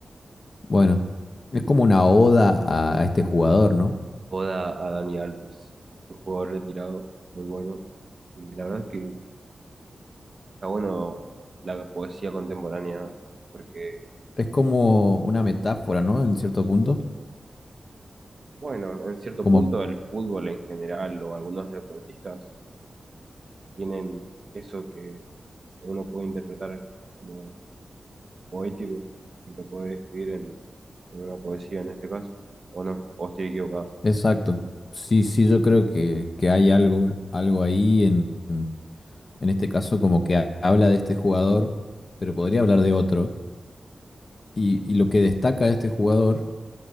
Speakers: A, on the left; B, on the right.
A: Bueno, es como una oda a, a este jugador, ¿no?
B: Oda a Dani Alves, un jugador retirado, muy bueno. Y la verdad es que está bueno la poesía contemporánea, porque,
A: Es como una metáfora, ¿no? En cierto
B: sí,
A: punto.
B: bueno, en cierto
A: Como,
B: punto el fútbol en general o algunos deportistas tienen eso que uno puede interpretar como poético y lo puede escribir en, en una poesía en este caso, o no, o estoy equivocado.
A: exacto. Sí, sí, yo creo que, que hay algo, algo ahí en, en este caso como que ha- habla de este jugador, pero podría hablar de otro. Y, y lo que destaca de este jugador